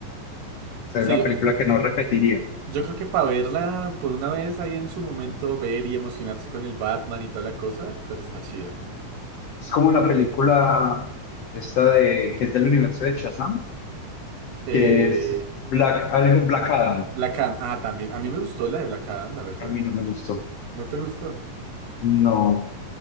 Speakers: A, on the left (about 80°); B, on the right (about 85°).
A: sea,
B: Sí,
A: es la
B: yo,
A: película que no repetiría.
B: Yo creo que para verla por una vez ahí en su momento, ver y emocionarse con el Batman y toda la cosa, pues está chida.
A: Es como la película esta de, que es del universo de Shazam,
B: Eh,
A: que es Black, algo Black Adam,
B: Black Adam, ah, también. A mí me gustó la de Black Adam, la verdad.
A: a mí no me gustó,
B: ¿No te gustó?
A: no,